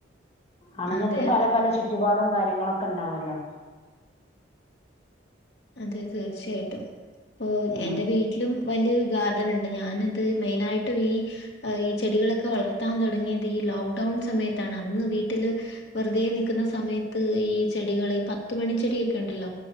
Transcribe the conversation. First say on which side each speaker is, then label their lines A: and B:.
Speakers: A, on the left; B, on the left.
A: ആണ്ങ്ങക്ക്
B: അതെ,
A: പല
B: അതെ.
A: പല ചുറ്റുപാടും കാര്യങ്ങളൊക്കെ ഇണ്ടാവാെല്ലോ
B: അതെ തീർച്ചയായിട്ടും ഇപ്പൊ
A: ഉം
B: എന്റെ വീട്ടിലും വല്ല്യഒരു ഗാർ ഡന്ണ്ട് ഞാന് ഇത് മെയിനായിട്ട് ഈ ഈ ചെടികളൊക്കെ വളർത്താൻ താെടങ്ങിയത് ഈ ലോക്ക്ഡൗൺ സമയത്താണ് അന്ന് വീട്ടില് വെറുതെ നിക്ക്ന്ന സമയത്ത് ഈ ചെടികള് ഈ പത്ത് മണി ചെടിയൊക്കെ ഇണ്ടല്ലോ